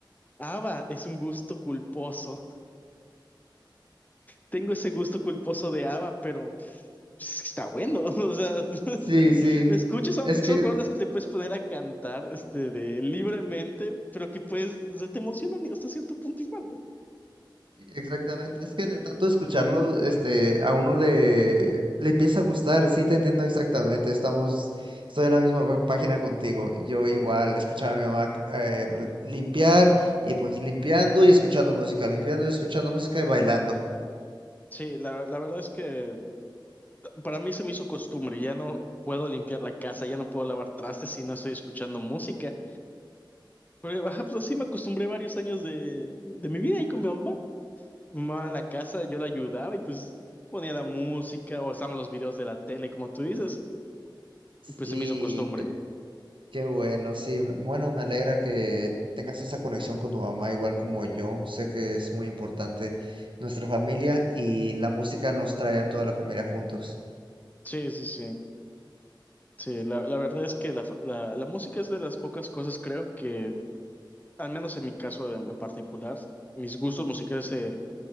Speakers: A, on the left; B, on the right.
A: ABBA es un gusto culposo. tengo ese gusto culposo de ABBA, pero pues, está bueno. <laughs> O sea,
B: Sí,
A: <laughs>
B: sí.
A: lo escucho, y son,
B: Es que
A: son rolas que te puedes poner a cantar este, de, libremente, pero que pues o sea, te emocionan y hasta cierto punto igual.
B: Sí, Exactamente, es que de tanto escucharlo, este, a uno le, le empieza a gustar, sí te entiendo exactamente, estamos, estoy en la misma pá- página contigo, yo igual escuchaba a mi mamá eh, limpiar y pues limpiando y escuchando música, limpiando y escuchando música y bailando.
A: Sí, la, la verdad es que para mí se me hizo costumbre. Ya no puedo limpiar la casa, ya no puedo lavar trastes si no estoy escuchando música. Porque baja, pues así me acostumbré varios años de, de mi vida ahí con mi mamá. Mi mamá en la casa, yo la ayudaba y pues ponía la música o estaban los videos de la tele, como tú dices.
B: Sí,
A: Y Pues se me hizo costumbre.
B: qué, qué bueno, sí, m- bueno, me alegra que tengas esa conexión con tu mamá igual como yo, sé que es muy importante nuestra familia y la música nos trae a toda la familia juntos.
A: Sí, sí, sí. Sí, la, la verdad es que la, fa- la, la música es de las pocas cosas, creo que, al menos en mi caso en, en particular, mis gustos musicales se,